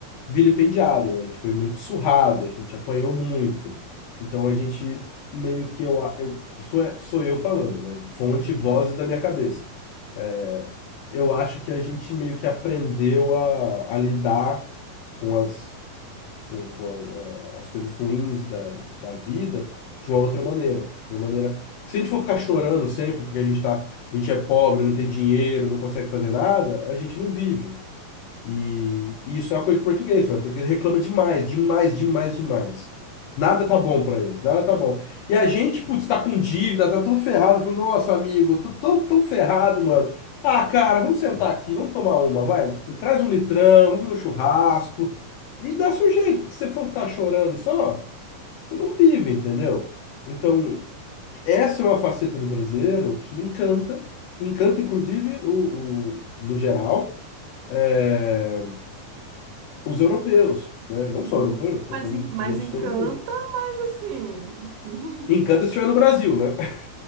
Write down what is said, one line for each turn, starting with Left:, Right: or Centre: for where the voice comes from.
Left: vilipendiado, a gente foi muito surrado, a gente apanhou muito. Então a gente meio que eu, eu isso é, sou eu falando, né? Fonte,
Right: Sim, sim.
Left: vozes da minha cabeça. É, eu acho que a gente meio que aprendeu a, a lidar com as com, com a- a- as coisas ruins da, da vida de uma outra maneira. De uma maneira. Porque se a gente for ficar chorando sempre, porque a gente tá, a gente é pobre, não tem dinheiro, não consegue fazer nada, a gente não vive. E, e isso é uma coisa de português, mano. O português reclama demais, demais, demais, demais. Nada tá bom pra eles, nada tá bom. E a gente, putz, tá com dívida, tá tudo ferrado. Falei, nossa, amigo, eu tô tão, tão ferrado, mano. Ah, cara, vamos sentar aqui, vamos tomar uma, vai. Traz um litrão, vamos fazer um churrasco. E dá seu jeito, porque se você for ficar chorando só, você não vive, entendeu? Então, essa é uma faceta do brasileiro que encanta, encanta inclusive o, o- no geral. é. Os europeus, né? Não
Right: Uhum.
Left: só europeus,
Right: <laughs>
Left: tô
Right: Mas,
Left: falando
Right: en- mas
Left: de gente
Right: encanta,
Left: de todo mundo.
Right: mas assim. <laughs>
Left: Encanto se estiver no Brasil, né? <laughs>